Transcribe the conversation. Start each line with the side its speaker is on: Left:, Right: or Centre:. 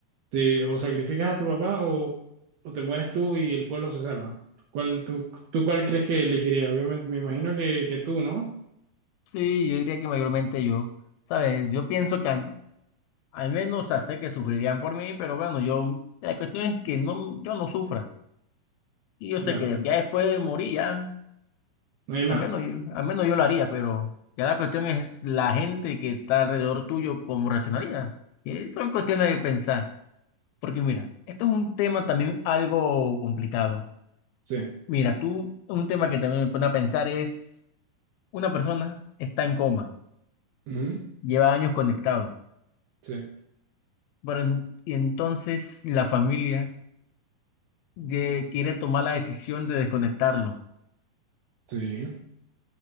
Right: te, o sacrificas a tu papá o, o te mueres tú y el pueblo se salva. ¿Cuál, tú, tú cuál crees que elegirías? Obviamente, me imagino que, que tú, ¿no?
Left: Sí, yo diría que mayormente yo, ¿sabes? Yo pienso que al, al menos o sea, sé que sufrirían por mí, pero bueno, yo, la cuestión es que no, yo no sufra. Y yo
Right: Claro,
Left: sé que ya después de morir, ya,
Right: no hay más.
Left: al menos yo, al menos yo lo haría, pero ya la cuestión es la gente que está alrededor tuyo, cómo reaccionaría. Y esto es cuestión de pensar, porque mira, esto es un tema también algo complicado.
Right: Sí.
Left: Mira, tú, un tema que también me pone a pensar es, una persona está en coma,
Right: Ujú.
Left: lleva años conectado.
Right: Sí,
Left: Pero en- y entonces la familia de- quiere tomar la decisión de desconectarlo.
Right: sí.